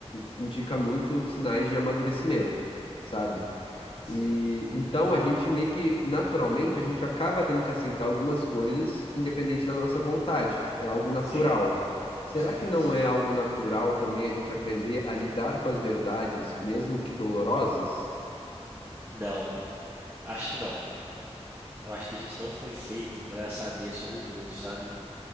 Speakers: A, on the left; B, on the right.
A: indica muito sinais de amadurecimento, sabe?
B: Sim.
A: E então a gente meio que naturalmente a gente acaba tendo que aceitar algumas coisas independente da nossa vontade. É algo natural.
B: Sim.
A: Será
B: Com certeza.
A: que não é algo natural também a gente aprender a lidar com as verdades, mesmo que dolorosas?
B: Não. Acho que não. Eu acho que a gente não foi feito pra saber sobre tudo, sabe?